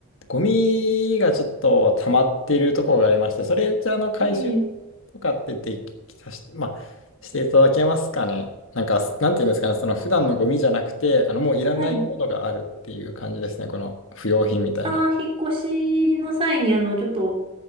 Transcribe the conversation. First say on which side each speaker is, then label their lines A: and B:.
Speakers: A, on the left; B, on the right.
A: ゴミがちょっと溜まってるところがありまして、それじゃあの回収
B: ええ、
A: とかってできさし、まあ、していただけますかね。なんか、なんていうんですかね、その普段のゴミじゃなくて、あのもういらないものがあるっていう感じですね、
B: はい。
A: この不用品みたいな。
B: ああ、引っ越しの際に、あの、ちょっと、